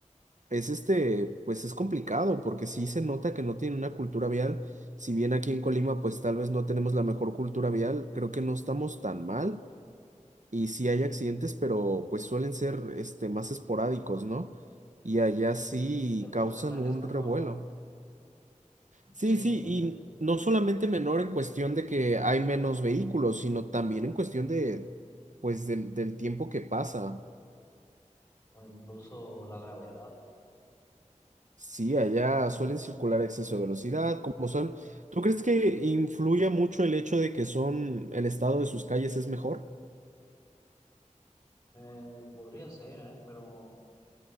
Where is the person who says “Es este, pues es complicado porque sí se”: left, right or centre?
Right